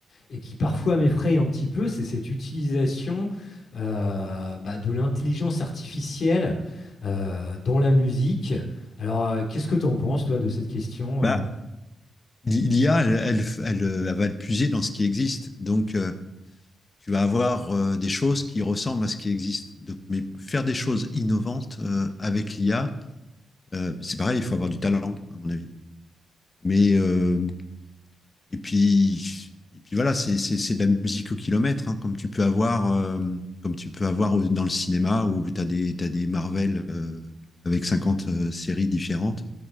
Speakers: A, on the left (about 55°); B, on the left (about 30°).
A: et qui parfois m'effraie un petit peu, c'est cette utilisation euh, bah, de l'intelligence artificielle euh, dans la musique. Alors, euh, qu'est-ce que tu en penses, toi, de cette question?
B: Bah,
A: euh
B: l'IA, elle, elle, elle- elle va le puiser dans ce qui existe. Donc, euh, tu vas avoir euh, des choses qui ressemblent à ce qui existe. Donc, mais faire des choses innovantes euh, avec l'IA, euh, c'est pareil, il faut avoir du talent, à mon avis. Mais, euh, et puis, et puis voilà, c'est c'est- c'est de la musique au kilomètre, hein, comme tu peux avoir, euh, comme tu peux avoir au- dans le cinéma où tu as des, t'as des Marvel euh, avec 50 euh, séries différentes.